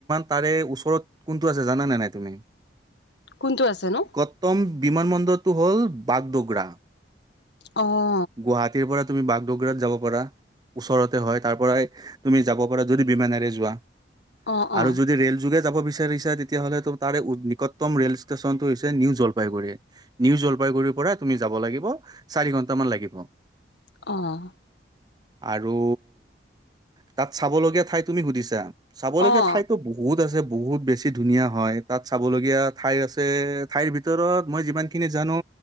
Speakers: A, on the right; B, on the left.
A: তাৰে ওচৰত কোনটো আছে জানা নে নাই তুমি
B: কোনটো আছে নো?
A: উত্তম বিমান বন্দৰটো হ'ল বাগডোগৰা।
B: অ',
A: গুৱাহাটীৰ পৰা তুমি বাগডগৰাত যাব পাৰা, ওচৰতে হয় তাৰ পৰাই তুমি যাব পাৰা যদি বিমানেৰে যোৱা
B: অ',
A: আৰু
B: অ',
A: যদি ৰে'ল যোগে যাব বিচাৰিচা, তেতিয়াহ'লে ত তাৰে নিকটতম ৰেল ষ্টেচন টো হৈছে নিউ জলপাইগুৰি। নিউ জলপাইগুৰিৰ পৰা তুমি যাব লাগিব, চাৰি ঘণ্টামান লাগিব।
B: অ',
A: আৰু তাত চাবলগীয়া ঠাই তুমি সুধিছা, চাবলগীয়া
B: অ', অ',
A: ঠাইতো বহুত আছে বহুত বেছি ধুনীয়া হয়, তাত চাব লগীয়া ঠাই আছে ঠাইৰ ভিত ভিতৰত মই যিমানখিনি জানো